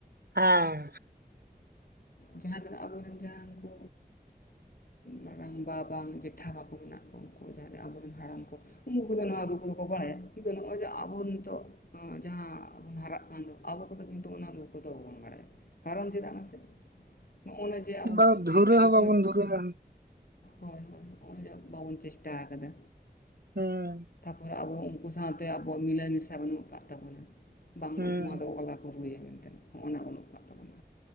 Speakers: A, on the right; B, on the left.
A: ᱚᱝ᱾
B: ᱡᱟᱦᱟᱸ ᱛᱤᱱᱟᱹᱠ ᱟᱵᱚᱨᱮᱱ ᱡᱟᱦᱟᱸ ᱠᱚ ᱢᱟᱨᱟᱝ ᱵᱟ ᱵᱟᱝ <unintelligible> ᱯᱛᱷᱟᱵᱟᱠᱚ ᱢᱮᱱᱟᱜ ᱠᱚᱣᱟ ᱩᱱᱠᱩ ᱡᱟᱦᱟᱸᱨᱮ ᱟᱵᱚᱨᱮᱱ ᱦᱟᱲᱟᱢ ᱠᱚ ᱩᱱᱠᱩ ᱠᱚᱫᱚ ᱱᱚᱣᱟ ᱨᱩ ᱫᱚᱠᱚ ᱵᱟᱲᱟᱭᱟ ᱠᱤᱱᱛᱩ ᱱᱚᱜᱼᱚᱭ ᱡᱮ ᱟᱵᱚᱱ ᱱᱤᱛᱳᱜ ᱡᱟᱦᱟᱸ ᱵᱚᱱ ᱦᱟᱨᱟᱜ ᱠᱟᱱ ᱫᱚ ᱟᱵᱚ ᱠᱚᱫᱚ ᱠᱤᱱᱛᱩ ᱚᱱᱟ ᱨᱩ ᱠᱚᱫᱚ ᱵᱟᱵᱚᱱ ᱵᱟᱲᱟᱭᱟ ᱠᱟᱨᱚᱱ ᱪᱮᱫᱟᱜ ᱢᱟᱥᱮ ᱱᱚᱜᱼᱚᱭ ᱱᱟ ᱡᱮ
A: ᱦᱮᱸ
B: ᱟᱵᱚ
A: ᱵᱟ ᱫᱷᱩᱨᱟᱹ
B: ᱥᱤᱠᱷᱱᱟᱹᱛ
A: ᱦᱚᱸ ᱵᱟᱵᱚᱱ ᱫᱷᱩᱨᱟᱹᱜᱼᱟ
B: ᱦᱳᱭ ᱦᱳᱭ ᱦᱚᱸᱜᱼᱚᱭ ᱡᱮ ᱵᱟᱵᱚᱱ ᱪᱮᱥᱴᱟ ᱟᱠᱟᱫᱟ
A: ᱦᱮᱸ
B: ᱛᱟᱯᱚᱨᱮ ᱟᱵᱚ ᱩᱱᱠᱩ ᱥᱟᱶᱛᱮ ᱟᱵᱚᱣᱟᱜ ᱢᱤᱞᱟᱹᱭ ᱢᱮᱥᱟ ᱵᱟᱹᱱᱩᱜ ᱟᱠᱟᱫ ᱛᱟᱵᱚᱱᱟ ᱵᱟᱝ
A: ᱦᱮᱸ
B: ᱱᱚᱣᱟ ᱫᱚ ᱚᱱᱠᱟ ᱠᱚ ᱨᱩᱭᱟ ᱢᱮᱱᱛᱮ ᱦᱚᱜᱼ ᱱᱟ ᱵᱟᱹᱱᱩᱜ ᱠᱟᱜ ᱛᱟᱵᱚᱱᱟ